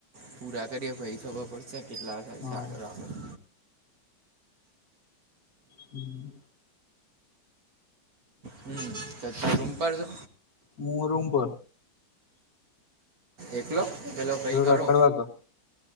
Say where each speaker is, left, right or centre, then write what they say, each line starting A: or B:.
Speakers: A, on the right; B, on the left.
A: પૂરા કરીએ પહી ખબર પડશે. કેટલા જાય
B: હા
A: સારો રાખો <unintelligible>
B: હમ
A: હમ અત્તાર રૂમ પર સો
B: મુ રૂમ પર
A: એકલો પેલો ભઈ ખરો
B: રખડવા કર